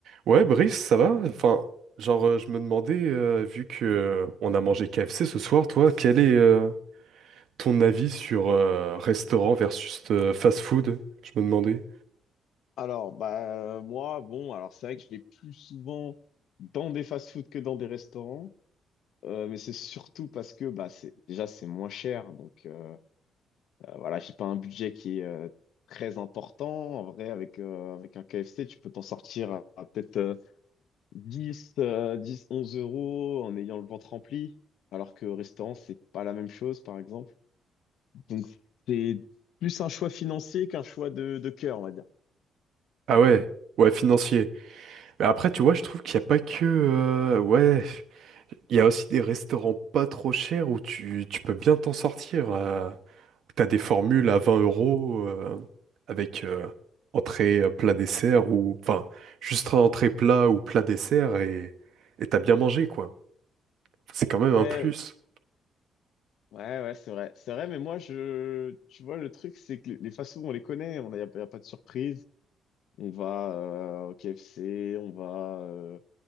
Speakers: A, on the right; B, on the left.
A: Ouais, Brice, ça va? Enfin, genre, euh, je me demandais, euh, vu que euh, on a mangé KFC ce soir, toi, quel est euh, ton avis sur euh, restaurant versus euh, fast-food? Je me demandais.
B: Alors, bah, euh, moi, bon, alors c'est vrai que je vais plus souvent dans des fast-food que dans des restaurants, euh, mais c'est surtout parce que bah, c'est, déjà, c'est moins cher. Donc, euh, euh, voilà, j'ai pas un budget qui est euh, très important. En vrai, avec, euh, avec un KFC, tu peux t'en sortir à, à peut-être euh, 10 euh, 10, 11 euros en ayant le ventre rempli, alors que au restaurant, c'est pas la même chose, par exemple. Donc, c'est plus un choix financier qu'un choix de, de cœur, on va dire.
A: Ah ouais, ouais, financier. Mais après, tu vois, je trouve qu'il n'y a pas que, euh, ouais. Il y a aussi des restaurants pas trop chers où tu, tu peux bien t'en sortir. euh, où t'as des formules à 20 euros euh, avec euh, entrée, euh, plat, dessert ou enfin juste un entrée plat ou plat dessert et et t'as bien mangé quoi. C'est quand même
B: Ouais,
A: un plus.
B: Ouais, ouais, c'est vrai. C'est vrai, mais moi, je... tu vois, le truc, c'est que les les fast-food, on les connaît, on a, y a, y a pas de surprise. On va euh, au KFC, on va euh,